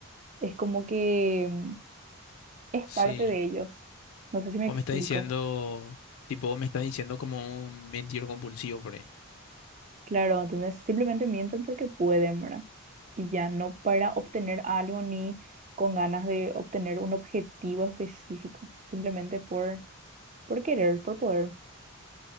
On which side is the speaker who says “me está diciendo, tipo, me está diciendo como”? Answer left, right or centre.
Left